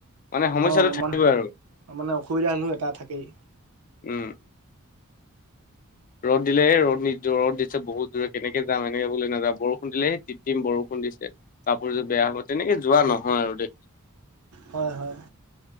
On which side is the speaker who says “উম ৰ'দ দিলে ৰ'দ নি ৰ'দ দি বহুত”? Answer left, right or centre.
Left